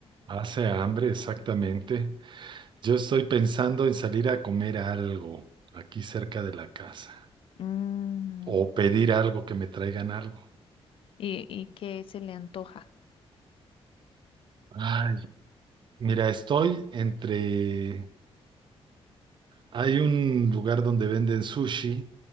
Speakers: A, on the right; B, on the left.
A: Hace hambre, exactamente. Yo estoy pensando en salir a comer algo aquí cerca de la casa
B: Mm,
A: o pedir algo que me traigan algo.
B: ¿Y, y qué se le antoja?
A: Ay, mira, estoy entre... Hay un lugar donde venden sushi